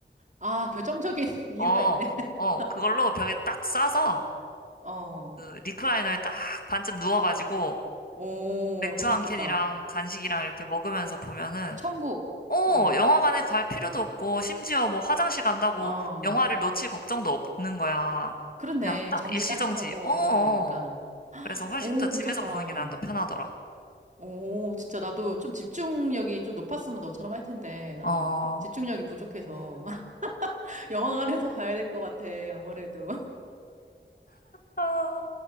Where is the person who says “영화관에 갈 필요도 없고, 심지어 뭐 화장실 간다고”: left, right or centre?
Left